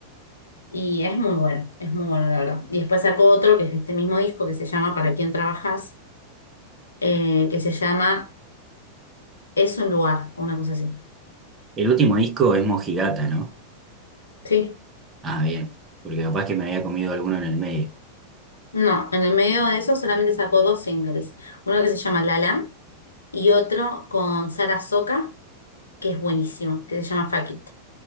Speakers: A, on the left; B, on the right.
A: y es muy bueno, es muy bueno, la verdad. Y después sacó otro que es de este mismo disco que se llama ¿Para quién trabajas? eh, que se llama Es un lugar, o una cosa así.
B: El último disco es Mojigata, ¿no?
A: Sí.
B: Ah, bien, porque capaz que me había comido alguno en el medio.
A: No, en el medio de eso solamente sacó dos singles, uno que se llama Lala y otro con Sara Soca que es buenísimo, que se llama Fuck It.